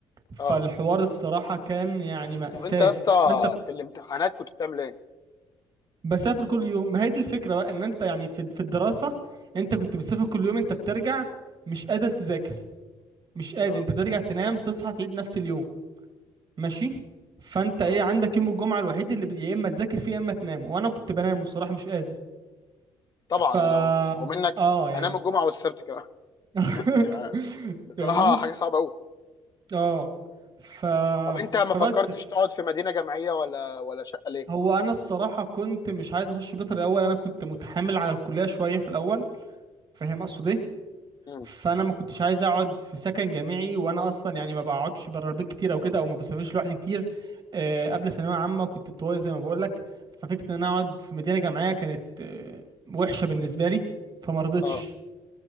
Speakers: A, on the right (about 45°); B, on the left (about 40°).
A: فالحوار
B: اه
A: الصراحة كان يعني مأساة
B: طب انت يا اسطى
A: فانت
B: في الامتحانات كنت بتعمل ايه
A: بسافر كل يوم ما هي دي الفكرة بقى ان انت يعني في في الدراسة انت كنت بتسافر كل يوم انت بترجع مش قادر تذاكر مش قادر
B: اه
A: انت بترجع تنام تصحى تعيد نفس اليوم ماشي فانت ايه
B: اه
A: عندك يوم الجمعه الوحيد اللي بي- يا اما تذاكر فيه يا اما تنام وانا كنت بنام الصراحه مش قادر
B: طبعا
A: ف
B: أنا لو لو منك
A: اه يعني
B: هنام الجمعه والسبت كمان
A: <laughs>
B: <laughs> يعني بصراحه
A: فاهمني
B: حاجه صعبه قوي
A: اه ف
B: طب انت ما
A: فبس
B: فكرتش
A: ف...
B: تقعد في مدينه جامعيه ولا ولا شقه ليه؟
A: هو انا الصراحه كنت مش عايز اخش بيطري الاول انا كنت متحامل على الكليه شويه في الاول فاهم اقصد ايه
B: امم
A: فانا ما كنتش عايز اقعد في سكن جامعي وانا اصلا يعني ما بقعدش بره البيت كتير او كده او ما بسافرش لوحدي كتير آه، قبل ثانويه عامه كنت طويل زي ما بقول لك ففكره ان انا اقعد في مدينه جامعيه كانت آه، وحشه بالنسبه لي فما رضيتش
B: اه